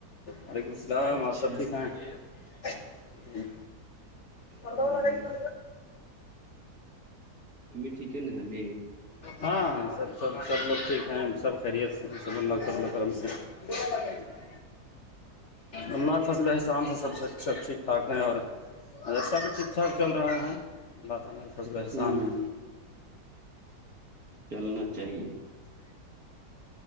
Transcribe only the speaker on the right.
اچھا
ہوں
امی ٹھیک ہے نبھ
<inaudible>
ہوں
چلنا چاہیے